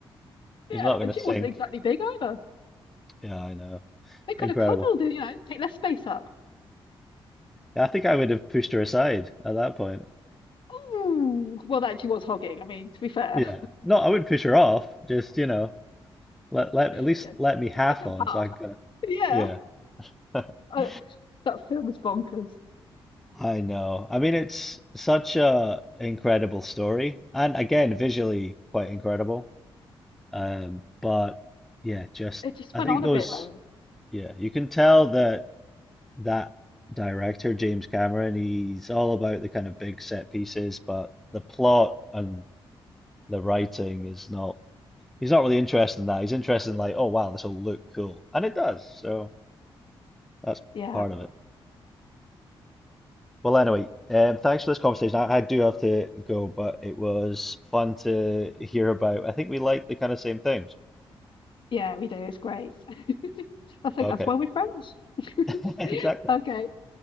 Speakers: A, on the left; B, in the centre.
A: Yeah,
B: He's not going
A: and
B: to
A: she
B: sink.
A: wasn't exactly big either.
B: Yeah, I know.
A: They could
B: Incredible.
A: have cuddled and, you know, take less space up.
B: Yeah, I think I would have pushed her aside at that point.
A: Ooh, well, that she was hogging. I mean, to be fair,
B: Yeah. No, I wouldn't push her off. Just, you know, let let
A: <laughs>
B: at least
A: yeah,
B: let me half
A: take up
B: on
A: half.
B: so I can kind
A: <laughs>
B: of
A: Yeah,
B: yeah. <laughs>
A: uh, that film is bonkers.
B: I know. I mean, it's such a incredible story, and again, visually quite incredible. Um, but yeah, just
A: It just
B: I
A: went
B: think
A: on
B: those
A: a bit though.
B: yeah, you can tell that that director, James Cameron, he's all about the kind of big set pieces, but the plot and the writing is not, he's not really interested in that. He's interested in like, oh wow, this will look cool. And it does. So that's
A: Yeah,
B: part of it. Well, anyway, um, thanks for this conversation. I, I do have to go, but it was fun to hear about. I think we like the kind of same things.
A: Yeah, we do. It's great. <laughs> I think
B: Okay,
A: that's why we're friends. <laughs>
B: <laughs> exactly.
A: Okay.